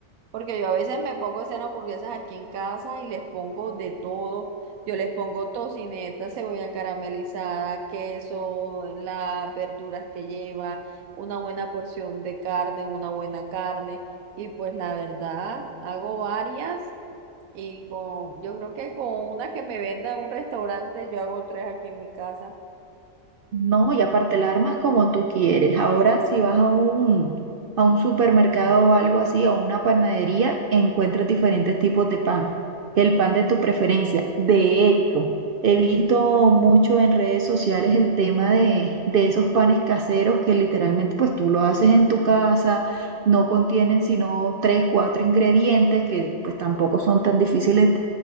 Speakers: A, on the right; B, on the right.
A: Porque yo a veces me pongo a hacer hamburguesas aquí en casa y les pongo de todo. Yo les pongo tocineta, cebolla caramelizada, queso, las verduras que lleva, una buena porción de carne, una buena carne. Y pues la verdad, hago varias y con, yo creo que con una que me venda en un restaurante, yo hago tres aquí en mi casa.
B: No, y aparte la armas como tú quieres. Ahora si vas a un, a un supermercado o algo así, o una panadería, encuentras diferentes tipos de pan. El pan de tu preferencia. De hecho, he visto mucho en redes sociales el tema de, de esos panes caseros que literalmente pues tú lo haces en tu casa, no contienen sino tres, cuatro ingredientes que pues tampoco son tan difíciles